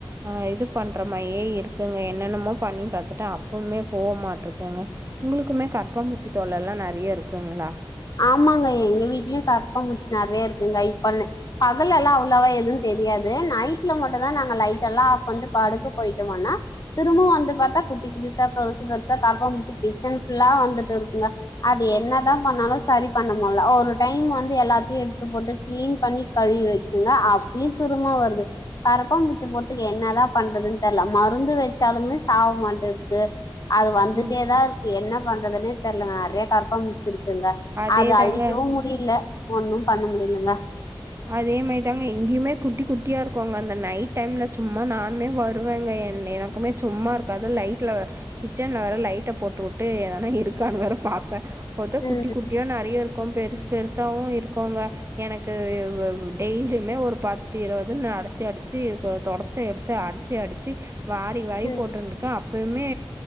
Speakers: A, on the right (about 30°); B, on the left (about 50°).
A: அ இது பண்ற மாயே இருக்குங்க என்னென்னமோ பண்ணி பாத்துட்டே அப்பவுமே போ மாட்ருக்குங்க உங்களுக்குமே கரப்பாம் பூச்சி தொல்ல எல்லா நறையா இருக்குங்ளா
B: ஆமாங்க எங்க வீட்லயு கரப்பா பூச்சு நெறைய இருக்குங்க இப்பன்னு பகல் எல்லா அவ்ளவா எது தெரியாது நைட்ல மட்டுதா நாங்க லைட் எல்லா ஆஃப் பண்ட்டு படுக்க போய்ட்டமனா திரும்பவு வந்து பாத்தா குட்டி புதுசா பெருசு பெருசா கரப்பாபூச்சி கிச்சன் ஃபுல்லா வந்துட்டு இருக்குங்க அது என்னதா பண்ணாலு சரி பண்ண முல்ல ஒரு டைம் வந்து எல்லாத்தையு எடுத்து போட்டு க்ளீன் பண்ணி கழுவி வெச்சுங்க அப் பயி திரும்ப வருது கரப்பாம் பூச்சிய போற்துக்கு என்னதா பண்றதுன் தெர்ல மருந்து வெச்சாலுமே சாவ மாட்டேன்து அது வந்துட்டே
A: ம்.
B: தா இருக்கு என்ன பண்றதுனே தெரில நெறைய கரப்பாம் பூச்சி இருக்குங்க
A: அதேதாங்க
B: அது அழிக்கவு முடில ஒன்னு பண்ண முடிலங்க
A: அதே மாதிதாங்க இங்கய்மே குட்டி குட்டியா இருக்குங்க அந்த நைட் டைம்ல சும்மா நானுமே வ ருவேங்க என் எனக்குமே சும்மா இருக்காது லைட்ல கிச்சன்ல வேற லைட்ட போட்டு உட்டு எதனா இருக்கான்னு வேற பாப்பே பாத்த
B: ம்
A: குட்டி குட்டியா நெறைய இருக்கு பெருசு பெருசாவு இருக்குங்க எனக்கு வவ் டெய்லியுமே ஒரு பத்து இருவதுன்னு அடிச்சி அடிச்சி அ தொடப்பத்த எடுத்து அடிச்சி அடிச்சி வாரி வாரி
B: ம்
A: போட்ருன்டு க்கா அப்பவ்மே